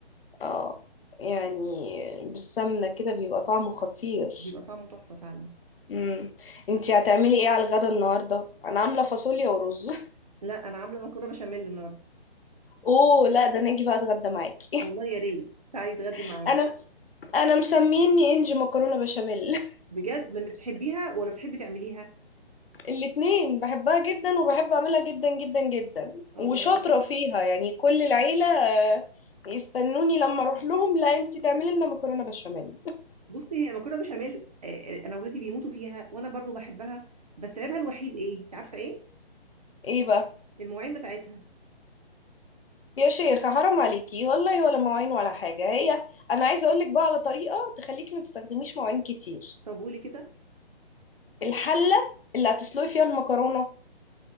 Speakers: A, on the left; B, on the right.
A: اه يعني بالسمنة كده بيبقى طعمه خطير
B: بيبقى طعمه تحفه فعلا
A: مم. انتي هتعملي ايه على الغدا النهاردة انا عاملة فاصوليا ورز <laughs>
B: لا انا عامله مكرونه بشاميل النهارده
A: اوه لا ده انا اجي بقى اتغدى معاكي
B: والله يا ريت تعالي تغدي
A: <laughs>
B: معايا
A: انا انا مسميني انجي مكرونه بشاميل
B: بجد من بتحبيها ولا بتحبي تعمليها
A: <laughs> الاتنين بحبها جدا وبحب اعملها جدا جدا جدا
B: الله
A: وشاطره فيها يعني كل العيله آه، يستنوني لما اروح لهم لا انتي تعملي لنا مكرونه بشاميل
B: بصي هي مكرونه بشاميل آه، آه، انا اولادي بيموتوا فيها وانا برضو بحبها بس عيبها الوحيد ايه انت عارفه ايه
A: ايه بقى
B: المواعين بتاعتها
A: يا شيخه حرام عليكي والله ولا مواعين ولا حاجه هي انا عايزه اقول لك بقى على طريقه تخليكي ما تستخدميش مواعين كتير
B: طب قولي كده
A: الحله اللي هتسلقي فيها المكرونه